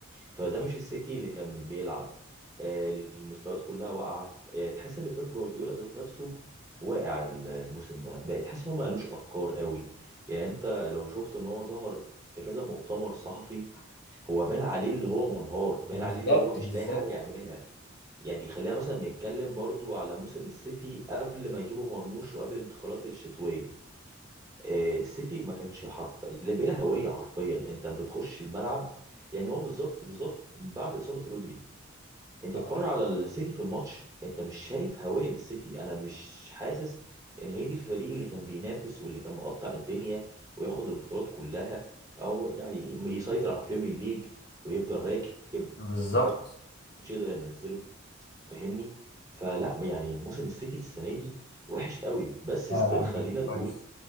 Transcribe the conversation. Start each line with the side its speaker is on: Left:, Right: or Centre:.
Right: فده مش السيتي اللي كان بيلعب آه، المستويات كلها واقعه آه، تحس ان بيب جوارديولا ذات نفسه واقع الموسم ده بقى تحس ان هو ما قالوش افكار قوي يعني انت لو شفت ان هو ظهر في كذا مؤتمر صحفي هو بان عليه اللي هو منهار بان
Left: بالظبط
Right: عليه اللي هو مش
Left: بالظبط
Right: لاقي حاجه يعملها يعني خلينا مثلا نتكلم برضو على موسم السيتي قبل ما يجيبوا مرموش وقبل الانتقالات الشتويه آه، السيتي ما كانش حرف لا- بلا هويه حرفيا انت بتخش الملعب يعني هو بالظبط بالظبط بعد اصابه رودري انت تتفرج
Left: آه،
Right: على السيتي في الماتش انت مش شايف هويه للسيتي انا مش حاسس ان هي دي الفريق اللي كان بينافس واللي كان مقطع الدنيا وياخد البطولات كلها او يعني يسيطر على البريمير ليج ويفضل راكب
Left: بالظبط
Right: ومحدش يقدر ينزله فاهمني فلا يعني موسم السيتي السنه دي وحش قوي بس
Left: لا
Right: ستيل
Left: لا
Right: خلينا نقول
Left: كويس